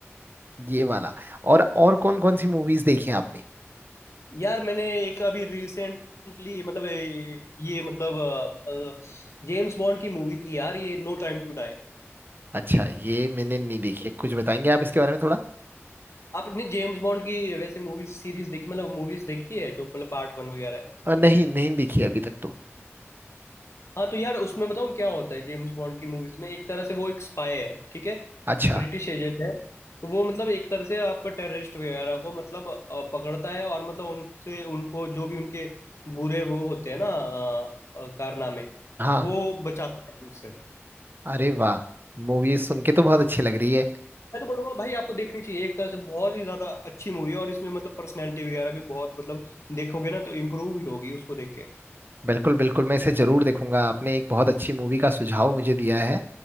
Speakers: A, on the right (about 45°); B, on the left (about 75°).
A: ये वाला और और कौन कौन सी मूवीज देखी हैं आपने
B: यार मैंने एक अभी रिसेंटली मतलब ये ये मतलब जेम्स बॉन्ड की मूवी थी यार ये नो टाइम टू डाई
A: अच्छा ये मैंने नहीं देखी है। कुछ बताएंगे आप इसके बारे में थोड़ा
B: आपने जेम्स बॉन्ड की वैसे मूवीज सीरीज देखी मतलब मूवीज देखी है जो मतलब पार्ट वन वगैरह है
A: अ, नहीं नहीं देखी है अभी तक तो
B: हाँ तो यार उसमें बताऊँ क्या होता है जेम्स बॉन्ड की मूवीज में एक तरह से वो एक स्पाई है ठीक है
A: अच्छा
B: ब्रिटिश एजेंट है तो वो मतलब एक तरह से आपका टेररिस्ट वगैरह को मतलब अ, पकड़ता है और मतलब उनसे उनको जो भी उनके बुरे वो होते हैं ना अ, अ, कारनामे
A: हाँ
B: वो बचाता है उससे
A: अरे वाह मूवी सुन के तो बहुत अच्छी लग रही है
B: मैं तो बोलूंगा भाई आपको देखनी चाहिए एक तरह से बहुत ही ज्यादा अच्छी मूवी है और इसमें मतलब पर्सनैलिटी वगैरह भी बहुत मतलब देखोगे ना तो इम्प्रूव ही होगी उसको देख के
A: बिल्कुल बिल्कुल मैं इसे जरूर देखूंगा आपने एक बहुत अच्छी मूवी का सुझाव मुझे दिया है